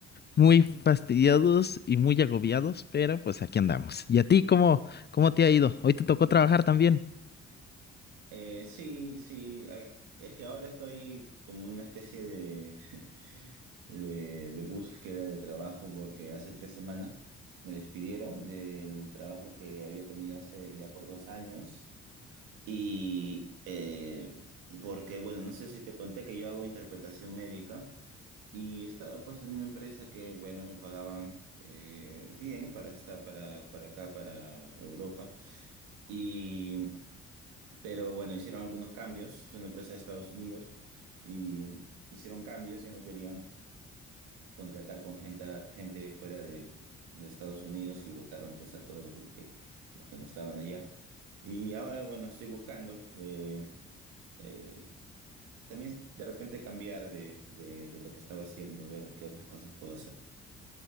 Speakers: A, on the left; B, on the right.
A: muy fastidiados y muy agobiados, pero pues aquí andamos. ¿Y a ti cómo, cómo te ha ido? Hoy te tocó trabajar también.
B: Eh, sí, sí, es, es que ahora estoy como una especie de, <laughs> de, de búsqueda de trabajo porque hace tres semanas me despidieron del trabajo que había tenido hace ya por dos años y eh, porque, bueno, no sé si te conté que yo hago interpretación médica. Y estaba pues en una empresa que, bueno, me pagaban eh, bien para estar para, para acá, para Europa. Y, pero bueno, hicieron algunos cambios, es una empresa de Estados Unidos, y hicieron cambios y no querían contratar con gente, gente fuera de, de Estados Unidos y votaron pues a todos los que, los que no estaban allá. Y ahora, bueno, estoy buscando eh, eh, también de repente cambiar de, de de lo que estaba haciendo, ver qué otras cosas puedo hacer.